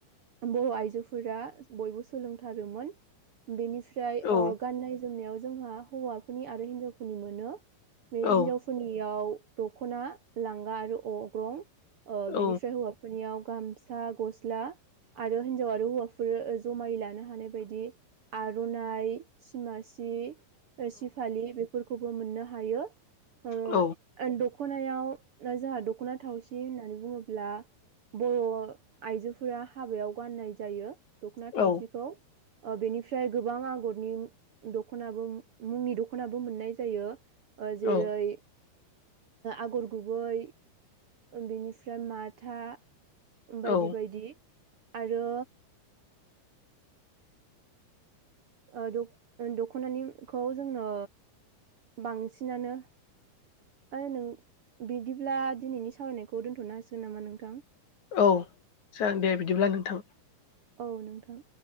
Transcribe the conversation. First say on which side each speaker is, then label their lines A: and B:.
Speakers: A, on the right; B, on the left.
A: बर' आइजोफोरा बयबो सोलोंथारोमोन बेनि फ्राय
B: औ
A: गाननाय जोमनायाव जोंहा हौवाफोरनि आरो हिनजावफोरनि मोनो बे हिनजाव
B: औ
A: फोरनियाव दख'ना लांगा आरो अग्रं ओ बेनिफ्राय
B: औ
A: हौवा फोरनियाव गामसा गस्ला आरो हिनजाव आरो हौवाफोर जमायै लानो हानाय बायदि आर'नाइ सिमासि सि फालि बेफोरखौबो मोननो हायो ओ
B: औ
A: दखनायाव जोंहा दख'ना थावसि होननानै बुङोब्ला बर' आइजोफोरा हाबायाव गाननाय जायो दख'ना
B: औ
A: थावसिखौ बेनिफ्राय गोबां आगरनि दखनाबो मुंनि दखनाबो मोननाय जायो जेरै
B: औ
A: आगर गुबै बेनिफ्राय माथा बायदि
B: औ
A: बायदि आरो ओ दख'नानिखौ जोङो बांसिनानो ओ नों बिदिब्ला दिनैनि सावरायनायखौ दोन्थ'नो हासिगोन नामा नोंथां
B: औ जागोन दे बिदिब्ला नोंथां
A: औ नोंथां